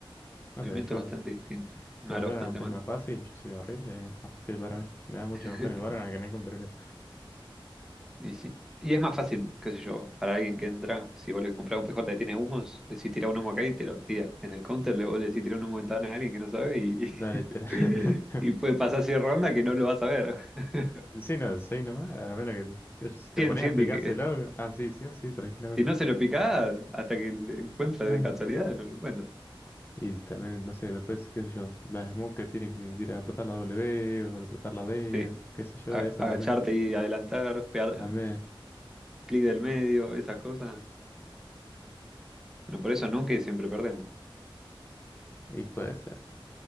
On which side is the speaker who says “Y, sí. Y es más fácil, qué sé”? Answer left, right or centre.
Centre